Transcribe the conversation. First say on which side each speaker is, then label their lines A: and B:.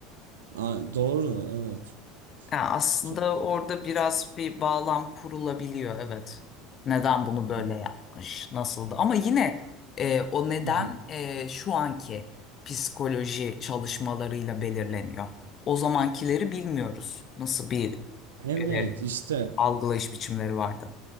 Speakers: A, on the right; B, on the left.
A: Aa, doğru, evet.
B: Yani aslında
A: Çok
B: orada biraz bir bağlam kurulabiliyor, evet. Neden bunu böyle
A: Hı
B: yapmış, nasıldı? Ama yine eee, o neden
A: hı.
B: eee, şu anki psikoloji çalışmalarıyla belirleniyor. O zamankileri bilmiyoruz. Nasıl bir
A: Evet
B: eee,
A: işte
B: algılayış biçimleri vardı?